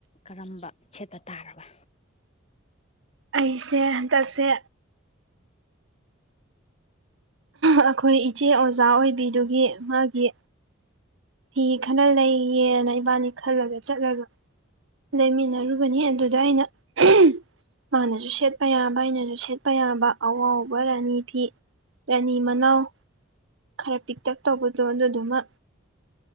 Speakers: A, on the left; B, on the right.
A: ꯀꯔꯝꯕ ꯁꯦꯠꯄ ꯇꯥꯔꯕ
B: ꯑꯩꯁꯦ ꯇꯥꯁꯦ ꯑꯩꯈꯣꯏ ꯏꯆꯦ ꯑꯣꯖꯥ ꯑꯣꯏꯕꯤꯗꯨꯒꯤ꯫ ꯃꯒꯤ ꯐꯤ ꯈꯔ ꯂꯩꯒꯦꯅ ꯏꯕꯥꯅꯤ ꯈꯜꯂꯒꯦ ꯆꯠꯂꯒ ꯂꯩꯃꯤꯟꯅꯔꯨ ꯅꯤ ꯑꯗꯨ ꯅꯥꯏꯠ ꯑꯍꯥꯝ ꯃꯥꯅꯁꯨ ꯁꯦꯠꯄ ꯌꯥꯕ ꯑꯩꯅꯁꯨ ꯁꯦꯠꯄ ꯌꯥꯕ ꯑꯋꯥꯎꯕ꯫ ꯔꯅꯤꯤ ꯔꯥꯅꯤ ꯃꯅꯥꯎ ꯈꯔ ꯄꯤꯛ ꯇꯦꯛ ꯇꯧꯕꯗꯣ ꯑꯗꯨꯗꯨꯃꯛ